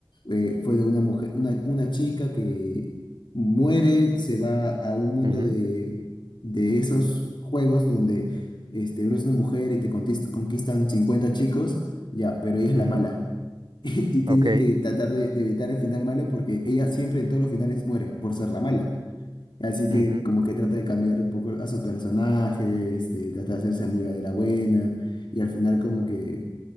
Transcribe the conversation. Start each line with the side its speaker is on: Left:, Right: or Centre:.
Left: eh, fue de una mujer, una, una chica que muere, se va a un mundo
Right: ujú,
Left: de, de esos juegos donde este, eres una mujer y te contis- conquistan 50 chicos, ya, pero ella es
Right: ujú.
Left: la mala. <laughs> Y tiene
Right: Ok.
Left: que tratar de, de evitar el final malo porque ella siempre en todos los finales muere por ser la mala. Así que
Right: Ujú,
Left: como que trata de cambiar un poco a su personaje, este, trata de hacerse amiga de la buena y al final como que